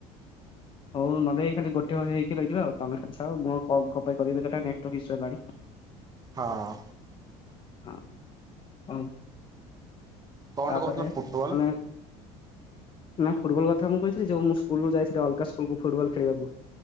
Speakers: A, on the left; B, on the right.
A: <inaudible> ହଉ ନହେଲେଇ ଖାଲି ଗୋଟଏ ହେଇକି ରହିଯିବା ଆଉ ତମେ କଚ୍ଚା ହୁଏ ମୁଁ ଆଉ କଲ କପାଇ କରିବି ବେକାର ଟା ହେନେ ନେଟୱର୍କ ଇସୁ ହେଲାଣି।
B: ହଁ।
A: ହଁ ହ
B: କଣ
A: ତାପରେ
B: ଟେ କହୁଥିଲ ଫୁଟବଲ
A: ମାନେ ନା ଫୁଟବଲ କଥା ମୁଁ କହିଥିଲି ଯୋଉ ମୁଁ ସ୍କୁଲରୁୁ ଯାଇଥିଲି ଅଲଗା ସ୍କୁଲକୁୁ ଫୁଟବଲ ଖେଳିବାକୁ।